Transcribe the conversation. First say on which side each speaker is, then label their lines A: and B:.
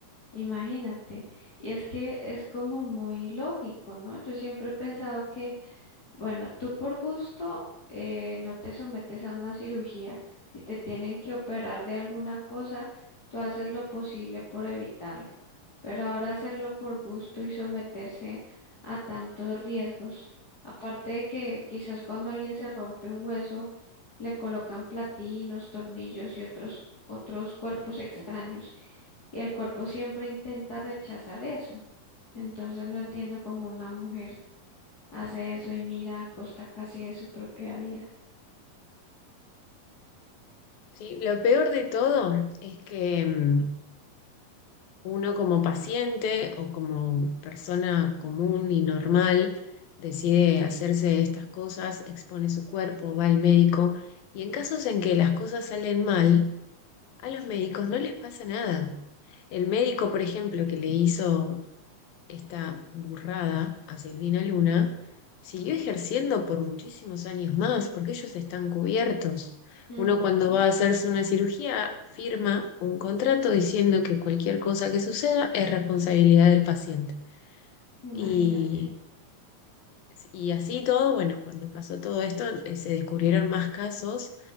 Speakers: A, on the left; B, on the left.
A: Imagínate. Y es que es como muy lógico, ¿no? Yo siempre he pensado que bueno, tú por gusto eh, no te sometes a una cirugía. Si te tienen que operar de alguna cosa, tú haces lo posible por evitarlo. Pero ahora hacerlo por gusto y someterse a tantos riesgos, aparte de que quizás cuando alguien se rompe un hueso, le colocan platinos, tornillos y otros, otros cuerpos extraños, y el cuerpo siempre intenta rechazar eso. Entonces no entiendo cómo una mujer hace eso y mira a costa casi de su propia vida.
B: Sí, lo peor de todo es que mm, uno como paciente o como persona común y normal decide hacerse estas cosas, expone su cuerpo, va al médico y en casos en que las cosas salen mal, a los médicos no les pasa nada. El médico, por ejemplo, que le hizo esta burrada a Silvina Luna, siguió ejerciendo por muchísimos años más, porque ellos están cubiertos. Uno
A: Ujú,
B: cuando va a hacerse una cirugía firma un contrato diciendo que cualquier cosa que suceda es responsabilidad del paciente.
A: imagínate.
B: Y y así todo, bueno, cuando pasó todo esto, eh, se descubrieron más casos